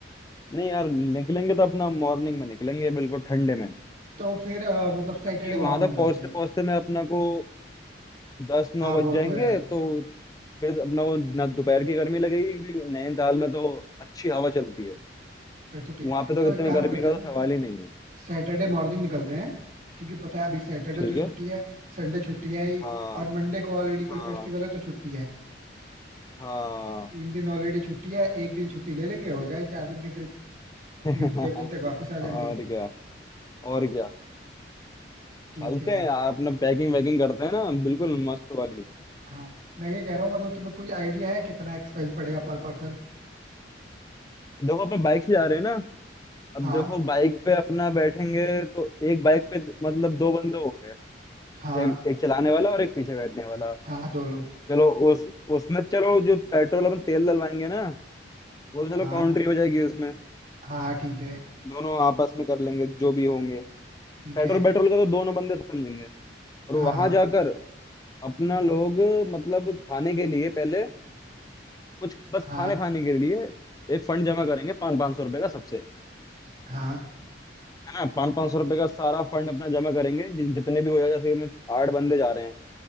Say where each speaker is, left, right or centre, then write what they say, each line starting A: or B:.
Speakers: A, on the left; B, on the right.
A: नहीं यार निकलेंगे तो अपना मॉर्निंग में निकलेंगे बिल्कुल ठंडे में
B: तो फिर अ, मतलब सैटरडे
A: क्योंकि
B: मॉर्निंग
A: वहां तक
B: निकलते
A: पहुंचते
B: हैं
A: पहुंचते में अपना को दस नौ
B: हाँ
A: बज
B: वो
A: जाएंगे
B: तो है यार
A: तो फिर अपना वो ना दोपहर की गर्मी लगेगी क्योंकि नैनीताल में तो अच्छी हवा चलती है
B: फिर तो ठीक
A: वहां
B: है
A: पे तो
B: तो
A: इतनी
B: एक काम
A: गर्मी
B: करते
A: का
B: हैं
A: तो सवाल
B: ना
A: ही नहीं है
B: सैटरडे मॉर्निंग निकलते हैं क्योंकि पता है अभी सैटरडे
A: ठीक
B: तो छुट्टी
A: है
B: है संडे छुट्टी है ही
A: हाँ
B: और मंडे को ऑलरेडी
A: हाँ
B: कोई फेस्टिवल है तो छुट्टी है
A: हाँ
B: तीन दिन ऑलरेडी छुट्टी है एक दिन छुट्टी ले लेंगे होगा ही चार दिन की ट्रिप
A: <laughs>
B: ट्यूजडे इवनिंग तक वापस आ
A: और
B: जाएंगे
A: क्या और क्या
B: ठीक
A: चलते
B: है यार।
A: हैं यार अपना पैकिंग वैकिंग करते हैं ना बिल्कुल मस्त वाली
B: हाँ मैं ये कह रहा हूँ मतलब तुम्हें कोई आइडिया है कितना एक्सपेंस पड़ेगा पर पर्सन
A: देखो अपने बाइक से जा रहे हैं ना
B: हाँ
A: अब देखो बाइक पे अपना बैठेंगे तो एक बाइक पे मतलब दो बंदे होंगे
B: हाँ
A: एक एक चलाने वाला और एक पीछे बैठने वाला
B: हाँ दो लोग
A: चलो उस उसमें चलो जो पेट्रोल अपन तेल डलवाएंगे ना वो तो चलो
B: हाँ
A: काउंट्री हो जाएगी उसमें
B: हाँ ठीक है
A: दोनों आपस में कर लेंगे जो भी होंगे
B: ठीक
A: पेट्रोल
B: है
A: पेट्रोल का तो दोनों बंदे समझेंगे और वहां
B: हाँ
A: जाकर अपना लोग मतलब खाने के लिए पहले कुछ बस
B: हाँ
A: खाने खाने के लिए एक फंड जमा करेंगे पाँच पाँच सौ रुपए का सबसे
B: हाँ
A: है ना पाँच पाँच सौ रुपए का सारा फंड अपना जमा करेंगे जि- जितने भी हो जाए जैसे कि मैं आठ बंदे जा रहे हैं